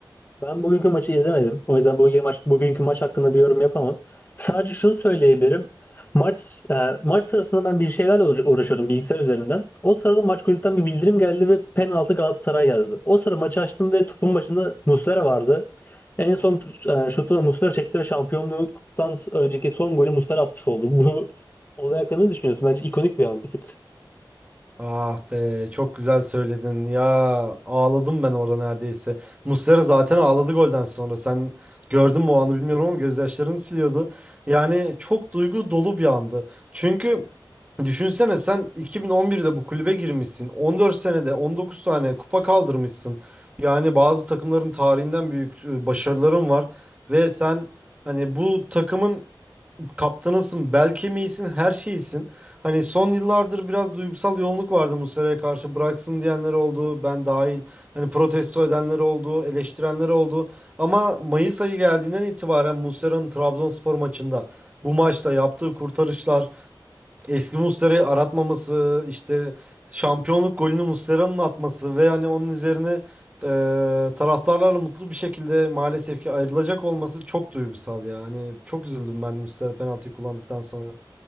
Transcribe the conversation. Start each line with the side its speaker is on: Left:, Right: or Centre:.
Left: Ben bugünkü maçı izlemedim. O yüzden bugünkü maç, bugünkü maç hakkında bir yorum yapamam. Sadece şunu söyleyebilirim. Maç e, maç sırasında ben bir şeylerle uğra- uğraşıyordum bilgisayar üzerinden. O sırada maç kulüpten bir bildirim geldi ve penaltı Galatasaray yazdı. O sıra maçı açtım ve topun başında Muslera vardı. En son e, şutu da Muslera çekti ve şampiyonluktan önceki son golü Muslera atmış oldu. Bu olay hakkında ne düşünüyorsun? Bence ikonik bir an bir tık.
Right: Ah be çok güzel söyledin ya ağladım ben orada neredeyse. Muslera zaten ağladı golden sonra sen gördün mü o anı bilmiyorum ama gözyaşlarını siliyordu. Yani çok duygu dolu bir andı. Çünkü düşünsene sen 2011'de bu kulübe girmişsin 14 senede 19 tane kupa kaldırmışsın. Yani bazı takımların tarihinden büyük e, başarıların var ve sen hani bu takımın kaptanısın, bel kemiğisin, her şeysin. Hani son yıllardır biraz duygusal yoğunluk vardı Muslera'ya karşı. Bıraksın diyenler oldu, ben dahil. Hani protesto edenler oldu, eleştirenler oldu. Ama Mayıs ayı geldiğinden itibaren Muslera'nın Trabzonspor maçında bu maçta yaptığı kurtarışlar Eski Muslera'yı aratmaması, işte şampiyonluk golünü Muslera'nın atması ve yani onun üzerine eee, taraftarlarla mutlu bir şekilde maalesef ki ayrılacak olması çok duygusal ya. Hani çok üzüldüm ben Muslera penaltıyı kullandıktan sonra.